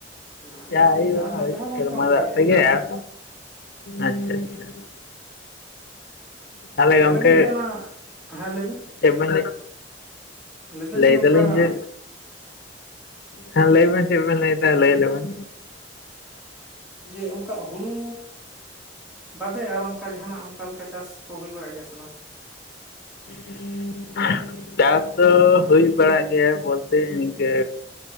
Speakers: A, in the centre; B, on the left.
A: ᱟᱪᱪᱷᱟ
B: ᱡᱟ ᱦᱩᱭᱩᱜ-ᱟ
A: ᱟᱪᱪᱷᱟ ᱟᱨ ᱱᱚᱛᱮ
B: ᱳᱭ
A: ᱦᱚᱸ ᱜᱚᱝᱠᱮ
B: ᱥᱮᱨᱢᱟ
A: ᱚᱱᱠᱟ
B: ᱫᱟᱜ ᱛᱮ ᱜᱮ ᱟᱨ, ᱟᱪᱪᱷᱟ ᱟᱪᱪᱷᱟ᱾ ᱛᱟᱦᱞᱮ
A: ᱛᱟᱦᱚᱞᱮ
B: ᱜᱚᱝᱠᱮ
A: ᱜᱚᱢᱠᱮ ᱚᱱᱟ ᱦᱮᱸ ᱞᱟᱹᱭ
B: ᱪᱮᱫ ᱵᱮᱱ ᱞᱟᱹᱭ?
A: ᱞᱟᱹᱭᱫᱟᱹᱞᱤᱧ
B: ᱞᱟᱹᱭ
A: ᱚᱝᱠᱟ
B: ᱫᱟᱞᱤᱧ ᱡᱮ ᱦᱮᱸ ᱞᱟᱹᱭ ᱵᱮᱱ ᱪᱮᱫ ᱵᱮᱱ ᱞᱟᱹᱭᱫᱟ ᱞᱟᱹᱭ ᱞᱮ ᱵᱮᱱ?
A: ᱡᱮ ᱚᱝᱠᱟ ᱦᱩᱲᱩ ᱵᱟᱫᱮ ᱟᱨᱚ ᱚᱱᱠᱟ ᱡᱟᱦᱟᱸᱱᱟᱜ ᱚᱱᱠᱟ ᱞᱮᱠᱟ ᱪᱟᱥ ᱠᱚ ᱦᱩᱭ ᱵᱟᱲᱟᱜ ᱜᱮᱭᱟ ᱥᱮ ᱵᱟᱝ?
B: <inaudible> ᱪᱟᱥ ᱫᱚ ᱦᱩᱭ ᱵᱟᱲᱟᱜ ᱜᱮᱭᱟ ᱵᱚᱞᱛᱮ ᱤᱱᱠᱟᱹ᱾